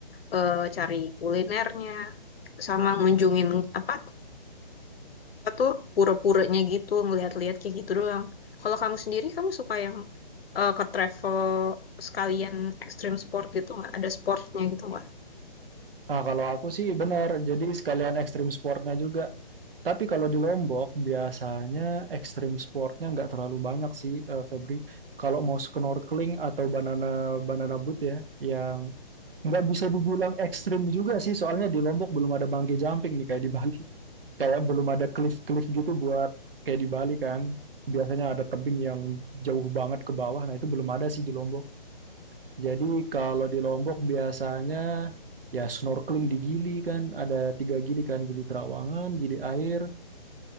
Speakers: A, on the left; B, on the right.
A: eh, cari kulinernya sama ngunjungin apa? Aku tuh pura-puranya gitu ngeliat-liat kayak gitu doang. Kalau kamu sendiri, kamu suka yang eh, ke travel sekalian ekstrim sport gitu nggak? Ada sportnya gitu nggak?
B: Ah, kalau aku sih benar. Jadi sekalian ekstrim sportnya juga. Tapi kalau di Lombok biasanya ekstrim sportnya nggak terlalu banyak sih, eh, Febri. Kalau mau snorkeling atau banana banana boat ya, yang nggak bisa dibilang ekstrim juga sih, soalnya di Lombok belum ada bungee jumping nih kayak di Bali, <laughs> kayak belum ada cliff-cliff gitu buat kayak di Bali kan. Biasanya ada tebing yang jauh banget ke bawah, nah itu belum ada sih di Lombok. Jadi kalau di Lombok biasanya ya snorkeling di Gili kan, ada tiga Gili kan, Gili Trawangan, Gili Air,